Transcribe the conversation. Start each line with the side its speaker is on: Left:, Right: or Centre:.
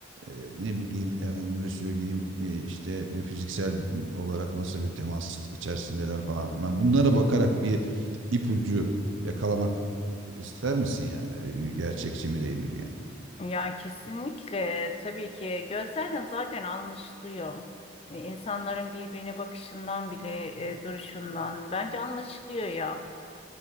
Right: Eee, ne bileyim efendime söyleyeyim eee, işte e, fiziksel olarak nasıl bir temas içerisindeler falan. Ben bunlara bakarak bir ipucu yakalamak ister misin yani E, gerçekçi mi değil mi diye.
Left: Ya kesinlikle tabii ki gözlerden zaten anlaşılıyor. Yani insanların birbirine bakışından bile e, duruşundan bence anlaşılıyor ya.